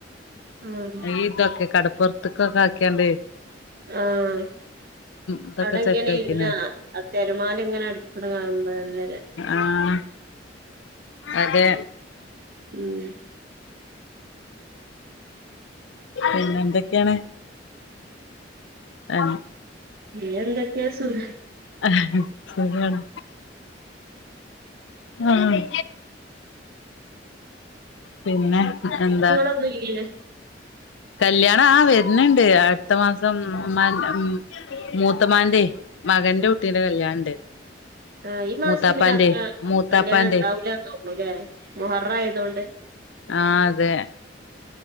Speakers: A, on the right; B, on the left.
A: ആഹ്
B: ഈ തൊക്കെ കടപ്പു ത്തക്കൊക്കാക്കിയാണ്ട്
A: ആഹ്
B: ഇതൊക്കെ
A: അവിടെ
B: സെറ്റ് ആക്കിനാണ്
A: പിന്ന ആ തെരുമാലങ്ങനെ അടുക്കുണ കാണുമ്പോ നല്ലര
B: ആഹ് അതെ
A: ഉം
B: പിന്നെന്തൊക്കെയാണ് അ
A: പിന്നെന്തൊക്കെയ സുഖ
B: അഹ് സുഖവാണ് ആഹ് പിന്നെ എന്താ
A: <unintelligible>
B: കല്യാണ ആ വെരുന്നുണ്ട് അടുത്ത മാസം ഉമ്മാന്റ മൂ ത്തമാന്റെ
A: ആഹ്
B: മകന്റെ കുട്ടീന്റെ കല്യാണണ്ട്
A: ആ ഈ മാസം
B: മൂത്താപ്പാന്റെ
A: പിന്നത്ര
B: മൂത്താപ്പാന്റെ
A: കല്യാണണ്ടാവൂലാന്ന് തോന്നൂലേ മുഹറായത്കൊണ്ട്
B: ആ അതന്നെ